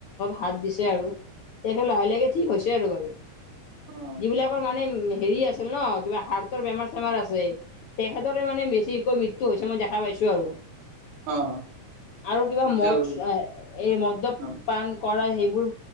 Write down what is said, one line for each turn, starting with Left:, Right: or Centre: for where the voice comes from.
Left: হাত দিছে আৰু, তেখেত লাহে লাহে ঠিক হৈছে আৰু।
Right: অ
Left: যিবিলাকৰ মানে হেৰি আছিল ন কিবা হাৰ্টৰ বেমাৰ চেমাৰ আছে তেখেতৰে মানে বেছিকৈ মৃত্যু। হৈছে মই দেখা পাইছো আৰু।
Right: অ
Left: আৰু কিবা
Right: ত-
Left: মদ এই মদ্যপান
Right: অ
Left: কৰা সেইবোৰ।